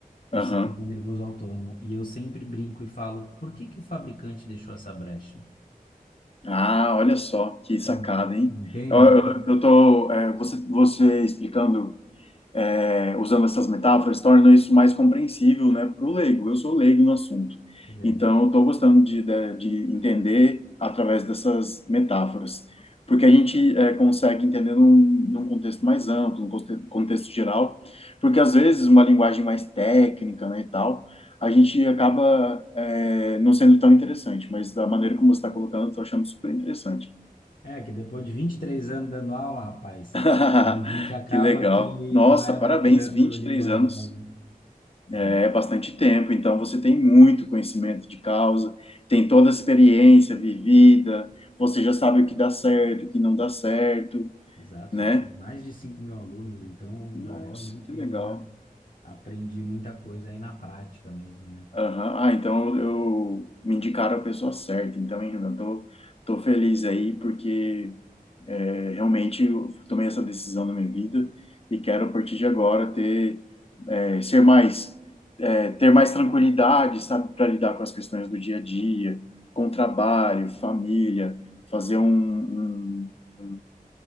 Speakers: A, on the left (about 40°); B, on the left (about 60°).
A: Aham.
B: do sistema nervoso autônomo. E eu sempre brinco e falo, por que que o fabricante deixou essa brecha?
A: Ah, olha só que sacada,
B: Hum,
A: hein?
B: Entende?
A: Eu, eu, eu tô, é, você, você explicando é, usando essas metáforas, torna isso mais compreensível, né, para o leigo. Eu sou leigo no assunto,
B: É.
A: então eu estou gostando de, de, de entender através dessas metáforas, porque a gente é, consegue entender num, num contexto mais amplo, num conte- contexto geral, porque às vezes uma linguagem mais técnica, né, e tal, a gente acaba é, não sendo tão interessante, mas da maneira como você está colocando, eu estou achando super interessante.
B: É que depois de 23 anos dando aula, rapaz,
A: <laughs>
B: a gente acaba
A: Que legal.
B: que
A: Nossa,
B: vai adaptando
A: parabéns, 23
B: o linguajar,
A: anos.
B: né?
A: É
B: Já,
A: bastante tempo, então você tem muito conhecimento de causa, tem toda a experiência vivida, você já sabe o que dá certo, o que não dá certo,
B: exato,
A: né?
B: já tive mais de 5 mil alunos, então
A: Nossa,
B: já realmente
A: que legal.
B: já aprendi muita coisa aí na prática mesmo, né?
A: Aham. Ah, então eu, eu- me indicaram a pessoa certa, então, hein, Renan, tô, tô feliz aí, porque É, Realmente, eu tomei essa decisão na minha vida e quero, a partir de agora, ter, é, ser mais, é, ter mais tranquilidade, sabe, para lidar com as questões do dia a dia, com trabalho, família, fazer um, um- um,